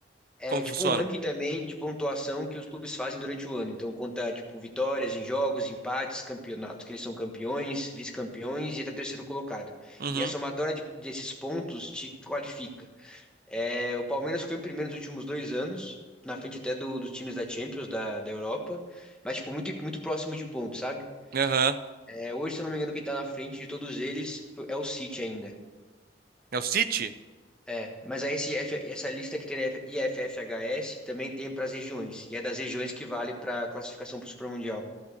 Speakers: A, in the centre; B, on the right.
A: É
B: Como que
A: tipo
B: funciona?
A: um ranking também de pontuação que os clubes fazem durante o ano. Então conta tipo vitórias em jogos, empates, campeonatos que eles são campeões, vice-campeões e até terceiro colocado.
B: Uhum.
A: E a somatória de- desses pontos te qualifica. É, o Palmeiras ficou em primeiro nos últimos dois anos, na frente até do- dos times da Champions, da, da Europa, mas tipo muito muito próximo de pontos, sabe?
B: Aham.
A: É, hoje, se eu não me engano, quem tá na frente de todos eles foi- é o City ainda.
B: É o City?
A: É, mas aí esse F essa lista que tem IFFHS também tem para as regiões, e é das regiões que vale para a classificação para o Supermundial.